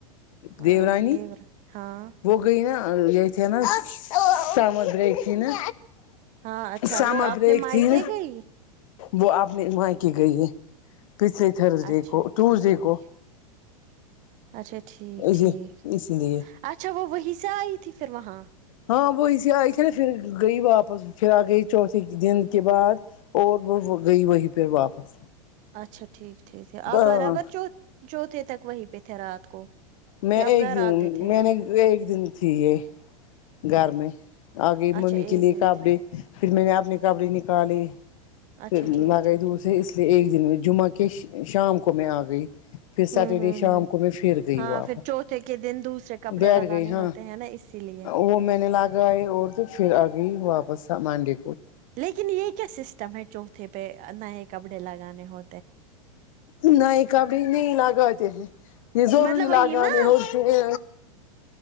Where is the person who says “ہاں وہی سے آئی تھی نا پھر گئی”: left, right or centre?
Left